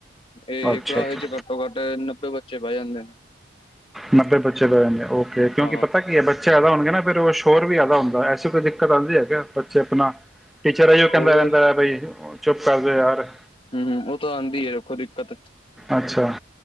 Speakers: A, on the left; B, in the centre.
A: ਇਹ
B: ਅੱਛਾ
A: ਕਲਾਸ
B: ਅੱਛਾ
A: ਵਿੱਚ, ਘੱਟੋ- ਘੱਟ, ਨੱਬੇ ਬੱਚੇ ਬੈਅ ਜਾਂਦੇ ਨੇ।
B: ਨੱਬੇ ਬੱਚੇ ਬੈ ਜਾਂਦੇ, ਓਕੇ, ਕਿਉਂਕਿ
A: ਹਾਂ
B: ਪਤਾ ਕੀ ਹੈ, ਬੱਚੇ ਜ਼ਿਆਦਾ ਹੋਣਗੇ ਨਾ ਫਿਰਰ ਸ਼ੋਰ ਵੀ ਜਿਆਦਾ ਹੁਦਾ ਏ, ਐਸੀ ਕੋਈ ਦਿੱਕਤ ਆਂ ਬੱਚੇ ਆਪਣਾ ਟੀਚਰ ਏਈਓ ਕਹਿੰਦਾ
A: ਹੋਰ
B: ਰਹਿੰਦਾ ਹੈ, ਬਈ ਚੁੱਪ ਕਰਜੋ ਯਾਰ।
A: ਹੂੰ ਉਹ ਤਾਂ ਆਉਂਦੀ ਹੈ ਦੇਖੋ ਦਿੱਕਤ
B: ਅੱਛਾ।